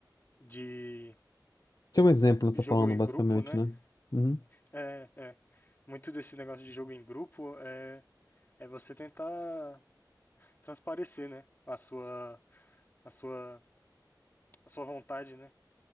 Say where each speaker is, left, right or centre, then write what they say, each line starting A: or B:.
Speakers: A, on the left; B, on the left.
A: de
B: Tem um exemplo, você
A: jogo
B: tá falando,
A: em
B: basicamente,
A: grupo, né?
B: né? Uhum.
A: É, é. Muito desse negócio de jogo em grupo é, é você tentar transparecer, né? A sua, a sua, a sua vontade, né?